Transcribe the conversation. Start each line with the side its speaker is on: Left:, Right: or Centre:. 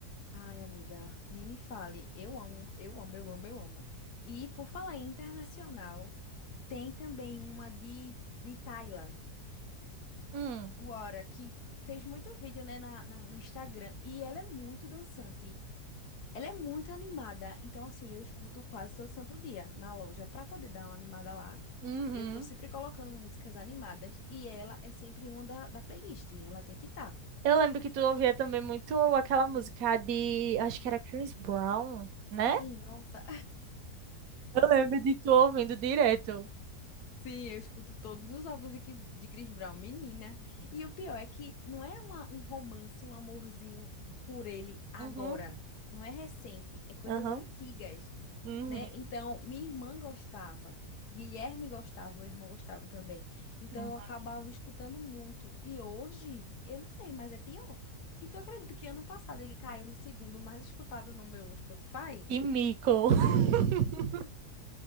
Left: Ai, amiga, nem me fale. Eu amo, eu amo, eu amo, eu amo. E por falar em internacional, tem também uma de de Tyla.
Right: Hum,
Left: Wara, que fez muito vídeo, né, na, na- no Instagram. E ela é muito dançante. Ela é muito animada. Então, assim, eu escuto quase todo santo dia na loja pra poder dar uma animada lá.
Right: uhum.
Left: Eu tô sempre colocando músicas animadas. E ela é sempre uma da, da playlist. Ela tem que estar.
Right: Eu lembro que tu ouvia também muito aquela música de, acho que era Chris Brown,
Left: Sim,
Right: né?
Left: nossa.
Right: Eu lembro de tu ouvindo direto.
Left: Sim, eu escuto todos os álbuns de, Ki- de Chris Brown, menina. E o pior é que não é uma- um romance, um amorzinho por ele agora.
Right: Uhum,
Left: Não é recente, é coisas
Right: uhum,
Left: antigas,
Right: uhum,
Left: né? Então, minha irmã gostava, Guilherme gostava, meu irmão gostava também. Então,
Right: uhum.
Left: eu acabava escutando muito. E hoje, eu não sei, mas é pior. E tu acredita que ano passado ele caiu no segundo mais escutado no meu Spotify?
Right: Que mico. <laughs>